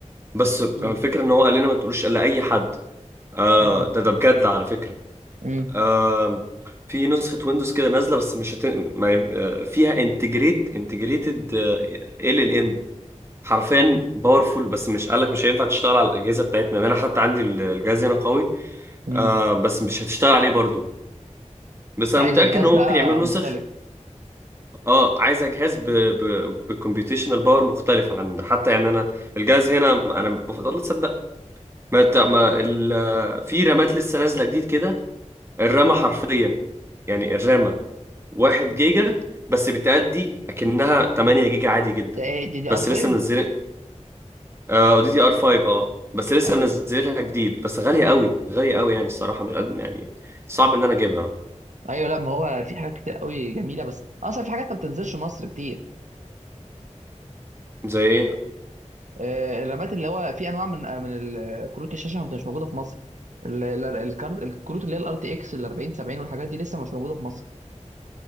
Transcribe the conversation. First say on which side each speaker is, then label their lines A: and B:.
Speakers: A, on the right; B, on the right.
A: بس الفكرة
B: مم.
A: ان هو قال لنا ما تقولوش الا اي حد آه
B: مم.
A: ده ده بجد على فكرة
B: مم.
A: آم، في نسخة ويندوز كده نازلة بس مش هت... ما... آه، فيها انتجريت انتجريتد ال ال ام حرفيا باورفول بس مش قالك مش هينفع تشتغل على الأجهزة بتاعتنا يعني انا حتى عندي ال- الجهاز هنا قوي
B: مم.
A: آه بس مش هتشتغل عليه برضو بس انا
B: عايزه
A: متأكد
B: جهاز
A: ان هو
B: بقى
A: ممكن يعملوا
B: مختلف
A: نسخ اه عايزة جهاز ب... ب... بكمبيوتيشنال باور مختلف عن حتى يعني انا الجهاز هنا انا بفضل تصدق ما... ت- ما... ال... آه، في رامات لسه نازلة جديد كده الرامة حرفيا يعني الرامة واحد جيجا بس بتأدي أكنها 8 جيجا عادي جدا
B: ده ايه دي دي
A: بس
B: ار 5
A: لسه منزلين آه دي دي ار 5 اه بس لسه
B: ايوه
A: منزلينها جديد بس غالية قوي غالية قوي يعني الصراحة مش قد يعني صعب إن أنا أجيبها
B: ايوه لا ما هو في حاجات كتير قوي جميله بس اصلا في حاجات ما بتنزلش مصر كتير
A: زي إيه
B: آه، الرامات اللي هو في انواع من آه، من ال- كروت الشاشه مش موجوده في مصر ال- ال- الكارت الكروت اللي هي الار تي اكس ال 40 70 والحاجات دي لسه مش موجوده في مصر